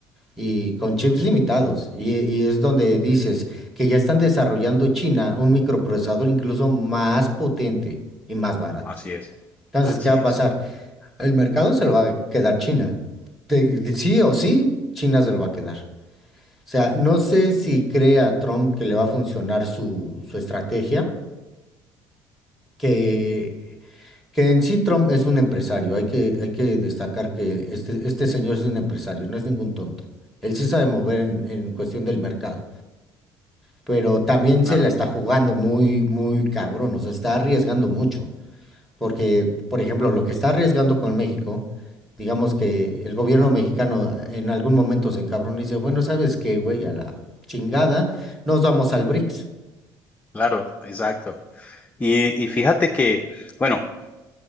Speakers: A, in the centre; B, on the left (about 20°).
A: y con chips limitados. Y, y es donde dices que ya están desarrollando China un microprocesador incluso más potente y más barato.
B: Así es,
A: Entonces,
B: así
A: ¿qué va
B: es.
A: a pasar? El mercado se lo va a quedar China. De- de- sí o sí, China se lo va a quedar. O sea, no sé si cree a Trump que le va a funcionar su, su estrategia, que, que en sí Trump es un empresario. Hay que, hay que destacar que este, este señor es un empresario, no es ningún tonto. Él sí sabe mover en, en cuestión del mercado, pero también
B: Claro,
A: se la está jugando muy, muy cabrón, o sea, está arriesgando mucho. Porque, por ejemplo, lo que está arriesgando con México, digamos que el gobierno mexicano en algún momento se encabrona y dice, bueno, ¿sabes qué, güey? A la chingada, nos vamos al BRICS.
B: claro, exacto. Y, y fíjate que, bueno,